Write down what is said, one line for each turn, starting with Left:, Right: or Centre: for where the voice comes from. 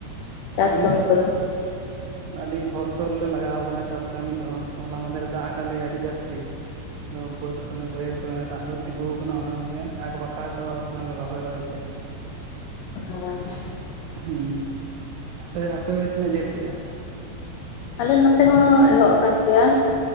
Left: ᱪᱟᱥ
Right: ᱠᱟᱹᱢᱤ ᱫᱚ
Left: ᱠᱚᱫᱚ
Right: ᱟᱹᱰᱤ ᱵᱷᱚᱨᱥᱳᱨᱞᱮ ᱞᱟᱜᱟᱣ ᱟᱠᱟᱱᱟ, ᱪᱟᱥ ᱠᱟᱹᱢᱤ ᱫᱚ ᱦᱚᱞᱟ ᱢᱟᱫᱮᱨ ᱨᱮ ᱫᱟᱜ ᱟᱠᱟᱫ ᱞᱮᱭᱟ ᱟᱹᱰᱤ ᱡᱟᱹᱥᱛᱤ ᱟᱫᱚ ᱵᱟᱹᱫᱽ ᱠᱚᱨᱮ ᱵᱟᱹᱭᱦᱟᱹᱲ ᱠᱚᱨᱮ ᱫᱟᱜ ᱠᱚ ᱛᱤᱸᱜᱩ ᱟᱠᱟᱱᱟ᱾ ᱚᱱᱟ ᱠᱚᱜᱮ ᱟᱠᱵᱟᱠᱟᱣ ᱪᱟᱵᱟᱣ ᱠᱟᱱᱟ ᱞᱮ ᱨᱚᱦᱚᱭ, ᱨᱚᱦᱚᱭ ᱛᱮ ᱾
Left: <inaudible>
Right: ᱦᱮᱸ ᱾ ᱟᱯᱮ, ᱟᱯᱮ ᱛᱤᱱᱟᱹᱜ ᱡᱷᱟᱹᱞ ᱠᱮᱜᱼᱟ?
Left: ᱟᱞᱮ ᱱᱚᱛᱮ ᱦᱚᱸ ᱮᱦᱚᱵ ᱟᱠᱟᱱ ᱜᱮᱭᱟ᱾